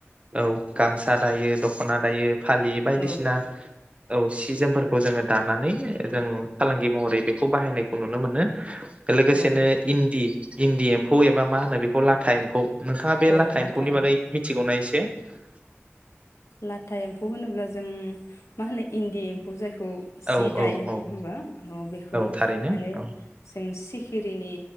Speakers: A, on the right; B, on the left.
A: औ गामसा दायो दखना दायो फालि बायदिसिना
B: औ
A: औ सि जोमफोरखौ जोङो दानानै जों फालांगि महरै बेखौ बाहायनायखौ नुनो मोनो। लोगोसेनो
B: औ
A: इन्दि इन्दि एम्फौ एबा मा होनो बेखौ लाथा एम्फौ नोंथाङा बे
B: औ
A: लाथा एम्फौनि
B: एम्फौ
A: बागै मिथिगौना एसे? <unintelligible>
B: लाथा एम्फौ होनोब्ला जों मा होनो इन्दि एम्फौ जाय खौ
A: औ
B: जि
A: औ
B: दायो
A: औ
B: नङा होनबा? औ बेखौ
A: थारैनो
B: माने
A: औ
B: जों सि खिरिनि